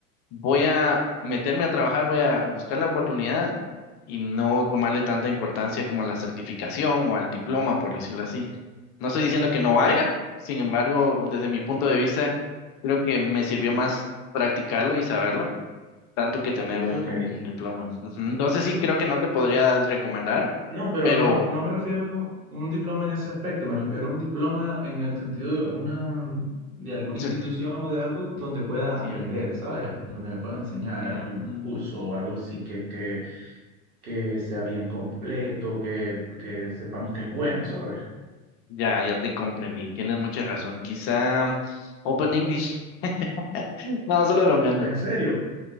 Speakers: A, on the left (about 50°); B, on the right (about 80°).
A: voy a meterme a trabajar, voy a buscar la oportunidad y no tomarle tanta importancia como a la certificación o al diploma, por decirlo así. No estoy diciendo que no
B: Ok,
A: valga, sin embargo, desde mi punto de vista, creo que me sirvió más practicarlo y saberlo, tanto que tener un,
B: ok.
A: un diploma. Ujú, Entonces sí, creo que no te podría recomendar,
B: No, pero
A: pero...
B: no, no me refiero a un diploma en ese aspecto, me refiero a un diploma en el sentido de una, de alguna
A: certi-
B: institución o de algo donde pueda
A: sí,
B: aprender,
A: ajá.
B: ¿sabes? Donde me pueda enseñar
A: Mm,
B: algún curso o algo así que, que, que sea bien completo, que, que sepamos que es bueno, ¿sabes?
A: ya, ya te comprendí, tienes mucha razón. Quizá Open English. <laughs> No, solo bromeando.
B: ¿En serio?